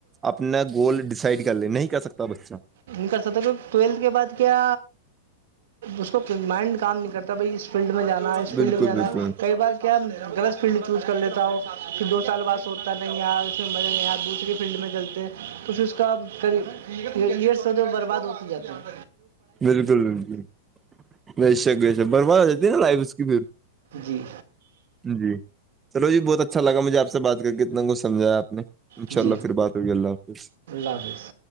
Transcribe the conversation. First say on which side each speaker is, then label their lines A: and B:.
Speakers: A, on the right; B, on the right.
A: اپنا گول ڈیسائڈ کر لے نہیں کر سکتا بچہ
B: نہیں کر سکتا کہ ٹویلتھ کے بعد کیا اس کو مائنڈ کام نہیں کرتا کبھی اس فیلڈ میں جانا ہے اس
A: بالکل
B: فیلڈ میں جانا
A: بالکل
B: ہے کئی بار کیا غلط فیلڈ چوز کر لیتا ہو پھر دو سال بعد سوچتا نہیں ار اس میں مزہ نہیں ار دوسری فیلڈ میں چلتا تو پھر اس کاب ای سودے برباد ہوتی جاتا ہے
A: بالکل بالکل ب شک شک برباد ہو جاتی نا لائف اس کی بھر
B: جی
A: جی چلو جی بہت اچھا لگا مجھے آپ سے بات کر کے اتنا کچھ سمجھایا آپ نے ان
B: جی
A: شاء اللہ پھر بات ہوئی اللہ حافظ
B: اللہ حافظ